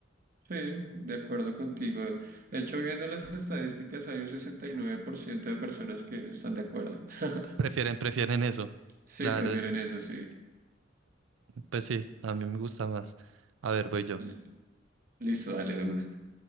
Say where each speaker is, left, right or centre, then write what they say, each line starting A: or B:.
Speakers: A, on the right; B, on the right.
A: Sí, de acuerdo contigo. De hecho, viendo las estadísticas, hay un 69% de personas que están de acuerdo. <laughs>
B: Prefieren, prefieren eso.
A: Sí,
B: Claro,
A: prefieren
B: eso.
A: eso, sí.
B: Pues sí, a mí me gusta más. A ver, voy yo.
A: L- Listo, dale de una.